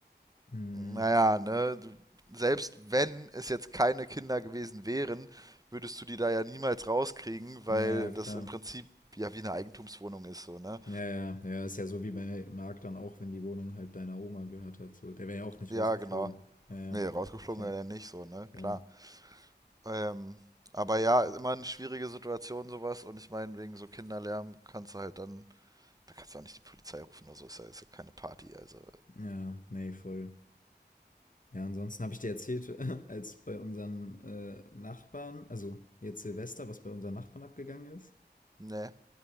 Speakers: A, on the left; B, on the right.
A: Hm.
B: naja, ne, du- selbst wenn es jetzt keine Kinder gewesen wären, würdest du die da ja niemals rauskriegen, weil
A: Naja,
B: das
A: klar.
B: im Prinzip ja wie eine Eigentumswohnung ist, so, ne?
A: Ja, ja, ja, ist ja so wie bei Marc dann auch, wenn die Wohnung halt deiner Oma gehört hat, so, der wäre ja auch nicht
B: Ja,
A: rausgeflogen.
B: genau.
A: Ja, ja,
B: Nee, rausgeflogen
A: fair,
B: wäre er nicht, so, ne?
A: fair.
B: Klar. Ähm, aber ja, ist immer eine schwierige Situation sowas und ich meine, wegen so Kinderlärm kannst du halt dann, da kannst du auch nicht die Polizei rufen oder so, ist ja, ist ja keine Party, also,
A: Ja, nee, voll. Ja, ansonsten habe ich dir erzählt, <laughs> als bei unseren äh, Nachbarn, also jetzt Silvester, was bei unseren Nachbarn abgegangen ist.
B: ne,